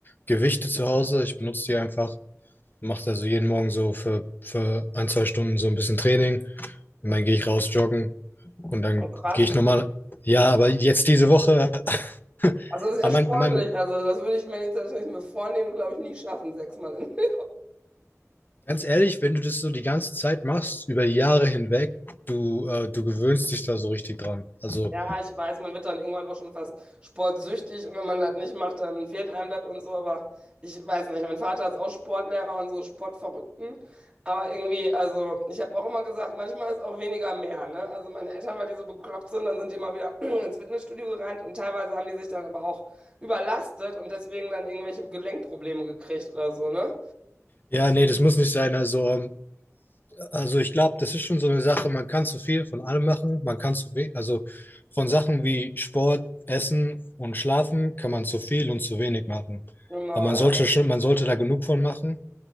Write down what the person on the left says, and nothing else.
Gewichte zu Hause. Ich benutze die einfach, mache also jeden Morgen so für, für ein, zwei Stunden so ein bisschen Training und dann gehe ich raus joggen und dann
gehe ich normal. Ja, aber jetzt diese Woche, <laughs>
an
meinem, an meinem,
ganz ehrlich, wenn du das so die ganze Zeit machst, über die Jahre hinweg, du, äh, du gewöhnst dich da so richtig dran. Also
ja, nee, das muss nicht sein. Also ähm, Also ich glaube, das ist schon so eine Sache, man kann zu viel von allem machen, man kann zu wenig, also von Sachen wie Sport, Essen und Schlafen kann man zu viel und zu wenig machen.
Aber man
sollte schon, man sollte da genug von machen.